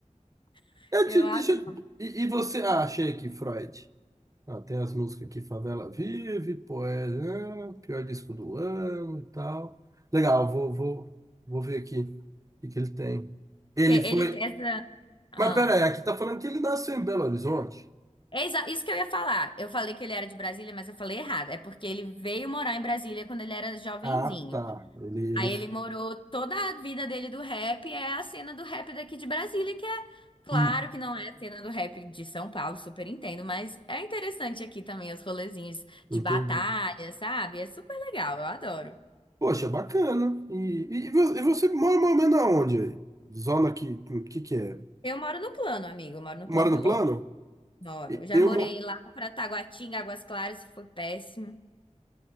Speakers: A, on the left (about 40°); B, on the right (about 25°).
A: <laughs>
B: Eu
A: Eu
B: te,
A: adoro.
B: deixa, eu- e, e você. Ah, achei aqui, Freud. Ah, tem as músicas aqui, Favela Vive, Poeira, ah, pior disco do ano e tal. Legal, vou, vou, vou ver aqui o que, que ele tem. Ele
A: Ele
B: foi.
A: tem essa. Ah.
B: Mas pera aí, aqui tá falando que ele nasceu em Belo Horizonte.
A: É exa- isso que eu ia falar. Eu falei que ele era de Brasília, mas eu falei errado. É porque ele veio morar em Brasília quando ele era jovenzinho.
B: Ah, tá. Ele, ele...
A: Aí ele morou toda a vida dele do rap, é a cena do rap daqui de Brasília, que é claro
B: Hum,
A: que não é a cena do rap de São Paulo, super entendo, mas é interessante aqui também os rolezinhos
B: entendi.
A: de batalha, sabe? É super legal, eu adoro.
B: Poxa, bacana. E, e, vo- e você mora mais ou menos aonde aí? Zona que, que que é?
A: Eu moro no plano, amigo, eu moro no
B: Mora
A: plano piloto.
B: no plano?
A: Moro. Eu Já
B: Eu,
A: morei
B: mo-
A: lá pra Taguatinga, Águas Claras, e foi péssimo.